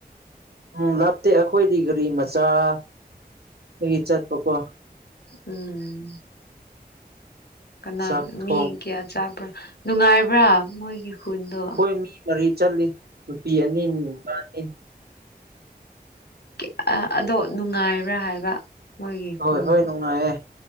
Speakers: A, on the right (about 80°); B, on the left (about 85°).
A: ꯎꯝ ꯂꯥꯞꯇꯦ ꯑꯩꯈꯣꯏꯗꯤ ꯒꯥꯔꯤ ꯃꯆꯥꯗꯒꯤ ꯆꯠꯄꯀꯣ
B: ꯎꯝ ꯀꯅꯥ
A: ꯆꯥꯛ ꯊꯣꯡ
B: ꯃꯤ ꯀꯌꯥ ꯆꯥꯕ꯭ꯔꯥ ꯅꯨꯡꯉꯥꯏꯕ꯭ꯔꯥ ꯃꯣꯏꯒꯤ ꯈꯨꯟꯗꯣ
A: ꯑꯩꯈꯣꯏ ꯃꯤ ꯃꯔꯤ ꯆꯠꯂꯤ ꯅꯨꯄꯤ ꯑꯅꯤ ꯅꯨꯄꯥꯅꯤ
B: ꯎ ꯑꯗꯣ ꯅꯨꯡꯉꯥꯏꯕ꯭ꯔꯥ ꯍꯥꯏꯕ ꯃꯣꯏꯒꯤ
A: ꯍꯣꯏ
B: ꯈꯨꯟꯗꯣ
A: ꯍꯣꯏ ꯅꯨꯡꯉꯥꯏꯌꯦ